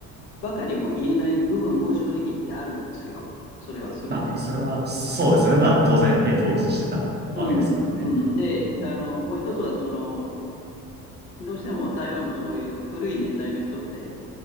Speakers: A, on the left; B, on the right.
A: ばかりも言えない部分も正直言ってあるんですよ。それはそれで。
B: まあ、それは、そうですよね。まあ、当然、ね、統治してたわけですからね。
A: うん。うん、で、
B: うん。
A: あの、もう一つは、その、どうしても台湾のそういう古い年代の人って、